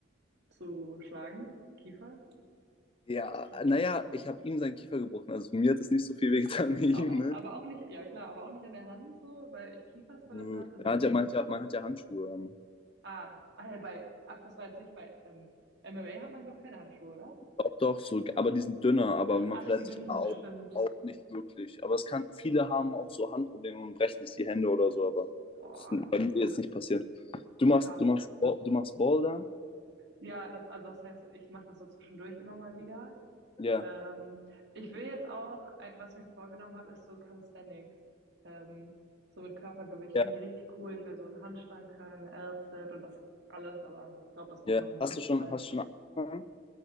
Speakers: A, on the right; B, on the left.
A: zu schlagen. Kiefer?
B: Ja,
A: Ist wahrscheinlich-
B: naja, ich habe ihm seinen Kiefer gebrochen. Also mir hat es nicht so viel wehgetan wie
A: Auch,
B: ihm, ne?
A: aber auch nicht, ja klar, aber auch nicht an der Hand so, weil Kiefer ist voll
B: Man
A: das harte Ding.
B: hat ja, man hat ja, man hat ja Handschuhe an.
A: Ah, ach, ja, bei, ach, das war jetzt nicht bei ähm, MMA hat man doch keine Handschuhe, oder?
B: Doch, doch, so, aber die sind dünner, aber man
A: Ach,
B: verletzt
A: die dünnen,
B: sich da auch,
A: stimmt.
B: auch nicht wirklich. Aber es kann, viele haben auch so Handprobleme und brechen sich die Hände oder so, aber
A: Boah,
B: bei mir ist jetzt nicht passiert. Du machst,
A: krass.
B: du machst, Bo- du machst Boulder?
A: Ja, das, also was heißt, ich mache das so zwischendurch immer mal wieder.
B: Ja,
A: Ähm, ich will jetzt auch, ein- was ich mir vorgenommen habe, ist so Calisthenics. Ähm, so mit Körpergewicht
B: ja,
A: finde ich richtig cool. Ich will so einen Handstand können, L-Sit und das alles, aber ich glaube, das braucht
B: ja.
A: noch ein bisschen
B: Hast du schon,
A: Zeit.
B: hast du schon angefangen?